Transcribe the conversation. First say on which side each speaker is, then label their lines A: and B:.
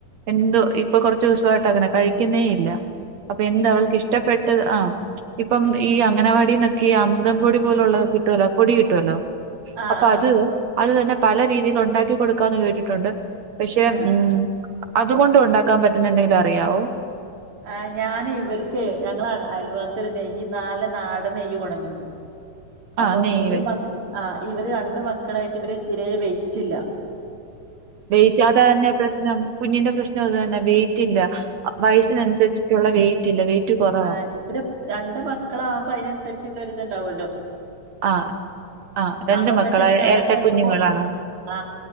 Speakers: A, on the right; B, on the right.
A: എന്തോ ഇപ്പൊ കുറച്ച് ദിവസ ട്ടങ്ങനെ കഴിക്കുന്നേ ഇല്ല അപ്പൊ എന്താ അവൾക്ക്
B: ഏഹ്
A: ഇഷ്ടപ്പെട്ടത് ആ ഇപ്പം ഈ അംഗനവാടിന്നൊ ഈ അമ്തം പൊടി പോലുള്ളത് കിട്ടുവലോ പൊടി കിട്ടുവല്ലോ
B: ആഹ്
A: അപ്പൊ
B: ആഹ്
A: അത് അത് തന്നെ പല രീതിയിൽ ഉണ്ടാക്കി കൊടുക്കാന്ന് കേട്ടിട്ടുണ്ട് പക്ഷെ
B: ആഹ് ആഹ്
A: മ് അതുകൊണ്ട് ഉണ്ടാക്കാൻ പറ്റുന്ന് ണ്ടെങ്കിൽ യാവും
B: ആ ഞാന് ഇവർക്ക് ഞങ്ങളെ അയൽവാസി നെയ് നാല നാട നെയ്യ് കൊണ്ടന്നി
A: ആ
B: അപ്പൊ
A: നെയ്യ്
B: ഈ മ ആ ഇവര് രണ്ട് മക്കളായിട്ട് ഇവര് തിരെ വൈറ്റില്ല
A: വെയിറ്റ് അതന്നെ പ്രശ്നം കുഞ്ഞിന്റെ പ്രശ്നം അത് തന്നെ വെയിറ്റ്ല്ല വയസ്സിനനുസരിച്ച്ട്ടുള്ള വെയിറ്റ് ഇല്ല വെയിറ്റ് കുറവാ
B: ആ ഇപ്പരം രണ്ട് മക്കളാവുമ്പോ അതിനനുസരിച്ചുള്ള- ഇത് ഇണ്ടാവുമല്ലോ
A: ആ ആ രണ്ട്
B: അപ്പൊ ഇങ്ങട്ട്
A: മക്കളാ
B: ഞാൻ
A: ഇരട്ട
B: അങ്ങനെ
A: കുഞ്ഞുങ്ങളാണോ
B: അപ്പോ ആ